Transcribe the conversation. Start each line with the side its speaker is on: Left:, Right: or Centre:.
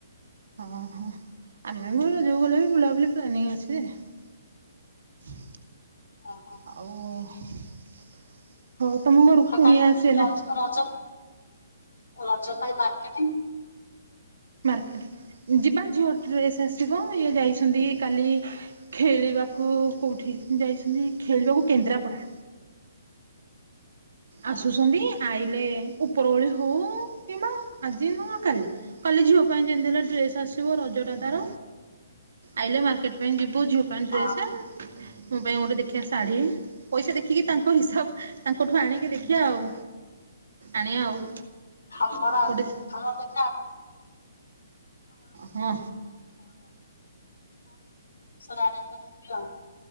Right: ଉ ହୁଁ। ଆମେ ବି ରଜ କୁ ଗଲେ ବି ବୁଲାବୁଲି ପ୍ଲାନିଂ ଅଛି ଯେ।
Left: ଓହୋ
Right: ଆଉ ହଉ ତମ ଘରକୁ
Left: ଆଉ
Right: କୁଣିଆ
Left: ତାହେଲେ
Right: ଆସିଗଲେ।
Left: ତାହେଲେ ରଜ ରଜ ରଜ ପାଇଁ ବାର୍କେଟିଂ
Right: ମାର୍କେଟ ଯିବା ଝିଅ ଡ୍ରେସ୍ ଆସିବ ଇଏ ଯାଇଛନ୍ତି କାଲି ଖେଳିବାକୁ କୋଉଁଠି ଯାଇଛନ୍ତି ଖେଳିବାକୁ କେନ୍ଦ୍ରାପଡ଼ା।
Left: ହଁ
Right: ଆସୁସନ୍ତି? ଆଇଲେ ଉପର ଓଳି ହେଉ କିମ୍ବା ଆଜି ନହେ କାଲି କାଲି ଝିଅ ପାଇଁ ଯେମିତି ହେଲେ ଡ୍ରେସ୍ ଆସିବ ରଜଟା ତା ର ଆଇଲେ ମାର୍କେଟ <unintelligible> ପୁଅ ଝିଅ ପାଇଁ ଡ୍ରେସ
Left: ଆଉ
Right: ମୋ ପାଇଁ ଗୋଟେ ଦେଖି ଆସ ଶାଢ଼ୀ ପଇସା ଦେଖିକି ତାଙ୍କ ହିସାବ ତାଙ୍କଠୁ ଆଣିକି ଦେଖିବା ଆଉ ଆଣିବା ଆଉ
Left: ହାମରା
Right: ଗୋଟେ
Left: ହମ ଦେ
Right: ହଁ
Left: <unintelligible> <unintelligible> <unintelligible>